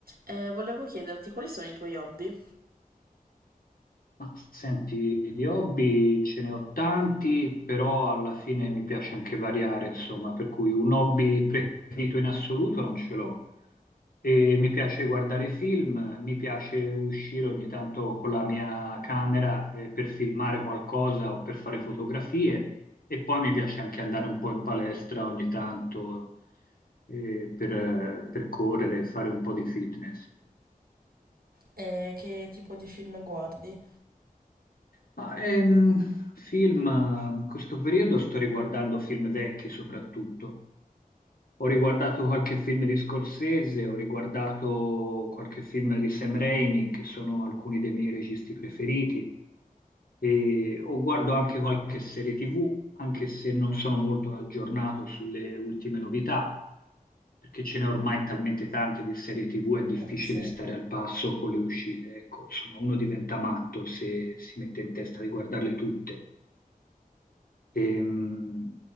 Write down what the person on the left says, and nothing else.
Ma senti, di hobby ce ne ho tanti, però alla fine mi piace anche variare, insomma, per cui un hobby preferito in assoluto non ce l'ho. E mi piace guardare film, mi piace uscire ogni tanto con la mia camera, eh, per filmare qualcosa o per fare fotografie e poi mi piace anche andare un po' in palestra ogni tanto, eh, per, eh, per correre e fare un po' di fitness.
Ma, ehm, film, eh, questo periodo sto riguardando film vecchi soprattutto. Ho riguardato qualche film di Scorsese, ho riguardato qualche film di Sam Raimi, che sono alcuni dei miei registi preferiti, e o guardo anche qualche serie TV, anche se non sono molto aggiornato sulle ultime novità, perché ce n'è ormai talmente tante di serie TV, è difficile
stare al passo con le uscite. Ecco, insomma, uno diventa matto se si mette in testa di guardarle tutte. Ehm,